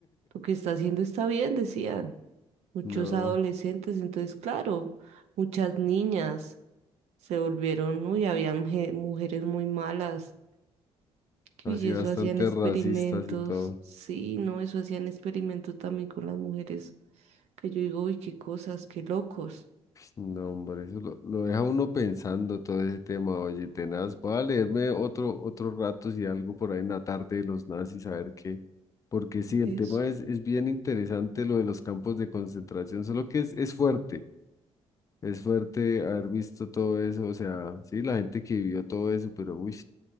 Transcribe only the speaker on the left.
No,
así
bastante
racistas y todo.
No, hombre, eso lo, lo deja uno pensando todo ese tema, oye, tenaz. Voy a leerme otro, otro rato si algo por ahí en la tarde de los nazis, a ver qué. Porque sí, el
tema es, es bien interesante lo de los campos de concentración, solo que es, es fuerte, es fuerte haber visto todo eso, o sea, sí, la gente que vivió todo eso, pero uy,